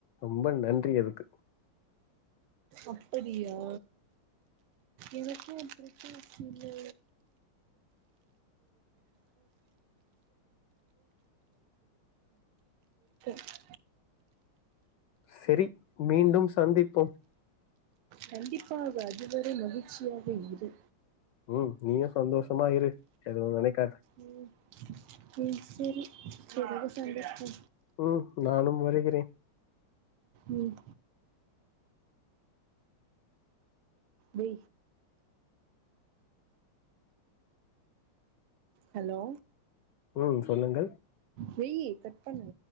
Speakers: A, on the left (about 75°); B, on the right (about 75°).
A: ரொம்ப நன்றி அதுக்கு
B: அப்படியா எனக்கு அப்பிடிதா <unintelligible> <unintelligible>
A: சேரி மீண்டும் சந்திப்போம்
B: கண்டிப்பாக அதுவரை மகிழ்ச்சியாக இரு
A: உம் நீயும் சந்தோஷமாயிரு எதும் நினைக்காத
B: உம் ம் சேரி ஒருநாள் சந்திப்போ
A: உம் நானும் வருகிறேன்
B: உம் டே ஹலோ
A: ம் சொல்லுங்கள்
B: வெயி கட் பண்ணு